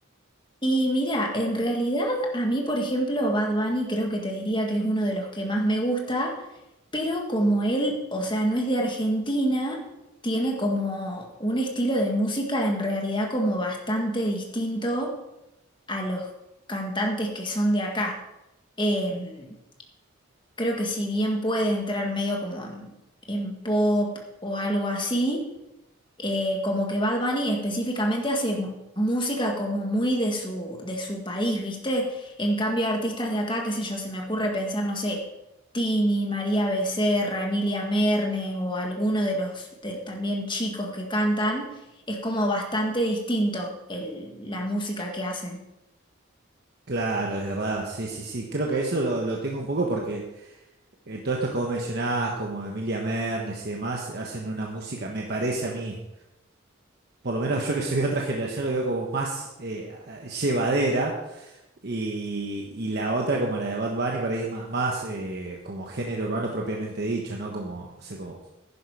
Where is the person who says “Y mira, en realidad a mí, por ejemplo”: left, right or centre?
Left